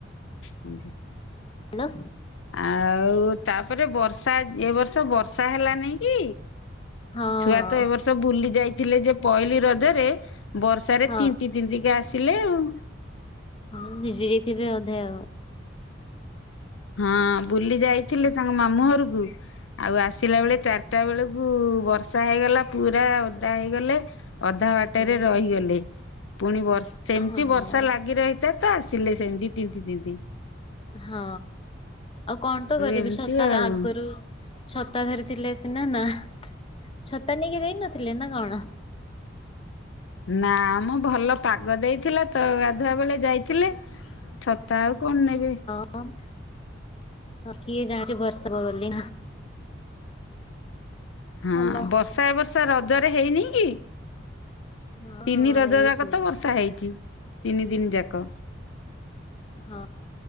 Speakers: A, on the left (about 75°); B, on the left (about 30°).
A: ଆ
B: ହାଲୋ।
A: ଆଉ ତାପରେ ବର୍ଷା ଏ ବର୍ଷ ବର୍ଷା ହେଲାନି କି?
B: ହଁ
A: ଛୁଆ ତ ଏ ବର୍ଷ ବୁଲି ଯାଇଥିଲେ ଯେ ପଇଲି ରଜରେ ବର୍ଷାରେ
B: ହଁ
A: ତିନି ତିନ୍ତିକି ଆସିଲେ ଆଉ।
B: ହଁ ଭିଜି ଯାଇଥିବେ ଅଧେ ଆଉ।
A: ହଁ ବୁଲି ଯାଇଥିଲେ ତାଙ୍କ ମାମୁଁ ଘରକୁ ଆଉ ଆସିଲା ବେଳେ ଚାରି ଚାଟା ବେଳକୁ ବର୍ଷା ହେଇଗଲା ପୁରା ଓଦା ହେଇଗଲେ। ଅଧା ବାଟ
B: ହଁ
A: ରେ ରହିଗଲେ
B: ବା
A: ପୁଣି ବର୍ଷ ସେମିତି
B: ହଁ
A: ବର୍ଷା ଲାଗି ରହିଥାଏ ତ ଆସିଲେ ସେମିତି ତିନ୍ତି ତିନ୍ତି।
B: ହଁ ଆଉ କଣ ତ କରିବି
A: ଏମିତି
B: ଛତା
A: ଆଉ।
B: ଆଗରୁ ଛତା ଧରିଥିଲେ ସିନା ନା ଛତା ନେଇକି ଯାଇନଥିଲେ ନା କଣ?
A: ନା ମୁଁ ଭଲ ପାଗ ଦେଇଥିଲା ତ ଗାଧୁଆ ବେଳେ ଯାଇଥିଲେ। ଛତା ଆଉ କଣ ନେବି।
B: ହ କିଏ ଜାଣିଛି ବର୍ଷା ହବ ବୋଲି।
A: ହଁ
B: ହାଲୋ
A: ବର୍ଷା ଏ ବର୍ଷା ରଜରେ ହେଇନି କି?
B: ହଁ
A: ତିନି
B: ହଁ
A: ରଜ
B: ହେଇଛି
A: ଯାକ ତ ବର୍ଷା ହେଇଛି ତିନି ଦିନି ଯାକ।
B: ହଁ।